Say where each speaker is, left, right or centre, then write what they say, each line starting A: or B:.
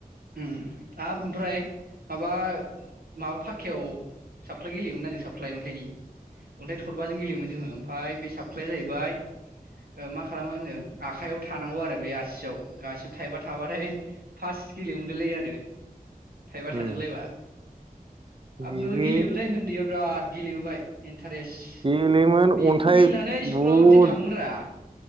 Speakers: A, on the right; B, on the right.
A: उम आब ओमफ्राय माबा माबा फाखायाव साफख्लाय गेलेयोमोन ना जों साफख्लाय अन्थाइनि अन्थाइ थरबाजों गेलेयोमोन जोङो ओमफाय बे साफख्लाया जाहैबाय मा खालामो होनदों आखायाव थानांगौ आरो बे आसियाव गासिबो थाइबा थाबाथाय फास्ट। गेलेनोमोनलायलायो आरो। थाइबा
B: उम
A: थाजोबलायबा। आब
B: बेबो
A: नोंबो गेलेयोमोन लै उन्दैयाव बिराद गेलेबोबाय एन। टारेस्ट
B: गेलेयोमोन
A: बेखौ
B: अन्थाइ
A: गेलेनानै स्कुलाव
B: बुहुद
A: दिन थाङोमोन रा।